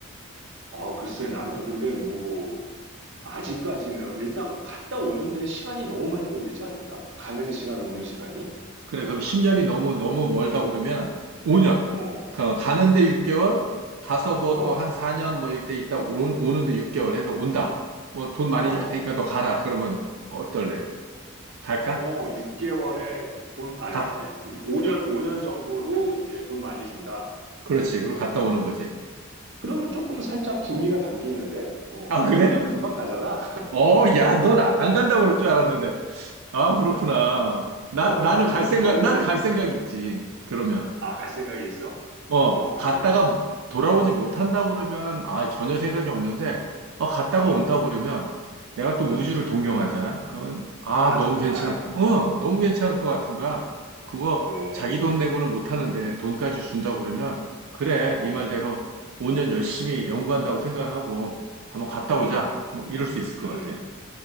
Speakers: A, on the right; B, on the right.
A: 아, 글쎄, 나는 근데 뭐, 아직까지는 일단 갔다 오는데 시간이 너무 많이 걸리지 않을까? 가는 시간, 오는 시간이?
B: 그래, 그럼 10년이 너무, 너무 멀다 그러면 5년.
A: 어,
B: 그, 가는데 6개월, 가서 뭐
A: 어,
B: 또 한 4년 뭐 이때 있다 온, 오는데 6개월 해서 온다. 뭐 돈 많이
A: 어,
B: 줄 테니까 너 가라. 그러면 어떨래? 갈까?
A: 어, 6개월에 돈, 아니,
B: 가.
A: 그러니까 5년, 5년 정도로 이제 돈 많이 준다.
B: 그렇지. 그리고
A: 어,
B: 갔다 오는 거지.
A: 그러면 조금 살짝 구미가 당기는데? 어,
B: 아,
A: 뭐
B: 그래?
A: 5년 금방 가잖아.
B: 어, 야, 넌 아, 안 간다고 그럴 줄 알았는데. 아,
A: <laughs>
B: 그렇구나.
A: 아,
B: 나,
A: 넌
B: 나는
A: 어떤데?
B: 갈 생각,
A: 너는,
B: 나는 갈 생각이 있지. 그러면.
A: 아, 갈 생각이 있어?
B: 어,
A: 어,
B: 갔다가 돌아오지 못한다고 그러면은, 아, 전혀 생각이 없는데, 어, 갔다가
A: 음,
B: 온다고 그러면, 내가 또 우주를
A: 음.
B: 동경하잖아? 그러면, 아,
A: 아,
B: 너무
A: 정말?
B: 괜찮을, 어, 너무 괜찮을 것 같은 거야. 그거
A: 오.
B: 자기 돈 내고는 못 하는데, 돈까지 준다고 그러면, 그래,
A: 어,
B: 네 말대로 5년 열심히 연구한다고 생각하고, 한번 갔다
A: 음,
B: 오자. 뭐, 이럴 수 있을 것
A: 음.
B: 같아.